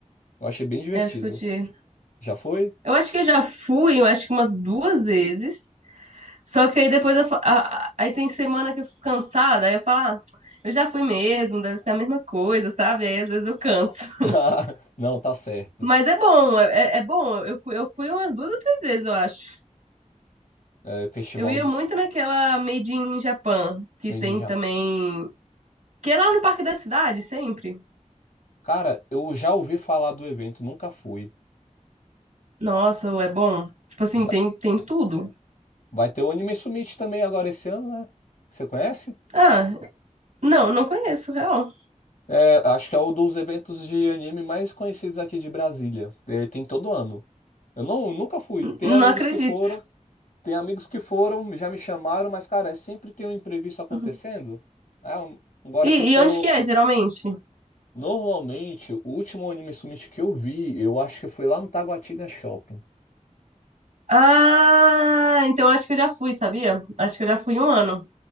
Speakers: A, on the left (about 75°); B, on the right (about 70°).
A: Eu achei bem divertido.
B: É, discutir.
A: Já foi?
B: Eu acho que eu já fui, eu acho que umas duas vezes. Só que aí depois eu, fa- a- a- aí tem semana que eu fico cansada, aí eu falo, ah, eu já fui mesmo, deve ser a mesma coisa, sabe? Aí às vezes eu canso. <laughs>
A: <laughs> Não, tá certo.
B: Mas é bom, é, é é bom. Eu fui, eu fui umas duas ou três vezes, eu acho.
A: É, Festival
B: Eu ia
A: do...
B: muito naquela Made in Japan, que
A: de
B: tem
A: já.
B: também Que é lá no Parque da Cidade, sempre.
A: Cara, eu já ouvi falar do evento, nunca fui.
B: Nossa, ou é bom? Tipo assim,
A: Já...
B: tem, tem tudo.
A: Vai ter o Anime Summit também agora esse ano, né? Você conhece?
B: Ah, não, não conheço, real.
A: É, acho que é um dos eventos de anime mais conhecidos aqui de Brasília. É, tem todo ano. Eu não, nunca fui.
B: N-
A: Tem
B: Não
A: amigos
B: acredito.
A: que foram, tem amigos que foram, já me chamaram, mas, cara, é sempre tem um imprevisto acontecendo.
B: Uhum.
A: É, um- agora
B: E,
A: que eu tô.
B: e onde que é, geralmente?
A: Normalmente, o último Anime Summit que eu vi, eu acho que foi lá no Taguatinga Shopping.
B: Ah, então acho que eu já fui, sabia? Acho que eu já fui um ano